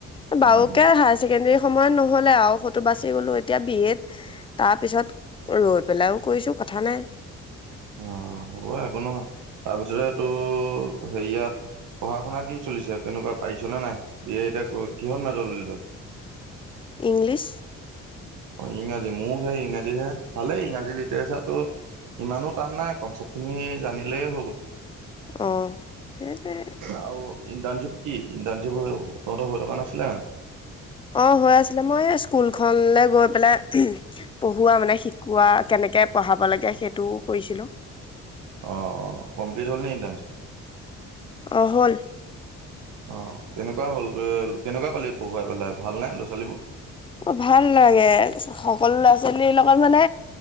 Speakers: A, on the left; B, on the right.
A: বাৰুকে
B: উম উম
A: হায়াৰ ছেকেণ্ডৰী সময়ত নহ'ল আৰু সটো বাচি গ'লো এতিয়া বিয়েত তাৰপিছত ৰৈ পেলাইও কৰিছোঁ কথা নাই। <inaudible>
B: অ, হ'ব একো নহয়, তাৰপিছতে টো হে ইয়াত পঢ়া শুনা কি চলিছে তেনেকুৱা পাৰিছনে নাই, বি এতিয়া কিহত মোজত লল তই?
A: ইংলিছ
B: ইংৰাজী মোৰ সেই ইংৰাজীহে ভালেই ইংৰাজী লিটাৰেচাৰটো ইমানো টান নাই কনচেপ্ট খিনি জানিলেই হৈ গ'ল
A: অঁ সেইটোৱে
B: আৰু ইণ্টাৰনশিপ কি ইঞজী তহঁতৰ ঘৰকা ন আছিলে?
A: অ' হৈ আছিলে মই স্কুলখনলে গৈ পেলাই পঢ়োৱা মানে শিকোৱা কেনেকে এনেকে পঢ়াব লাগে সেইটোও কৰিছিলোঁ।
B: অ', অ', কমপ্লিট হ'ল ইনটো
A: অ' হ'ল।
B: অ, কেনেকুৱা হ'ল, কেনেকুৱা পালি পঢ়ৱাই পেলাই ভাল নে ল'ৰা ছোৱালীবোৰ?
A: অ, ভাল লাগে, সকলো ল'ৰা ছোৱালীৰ লগত মানে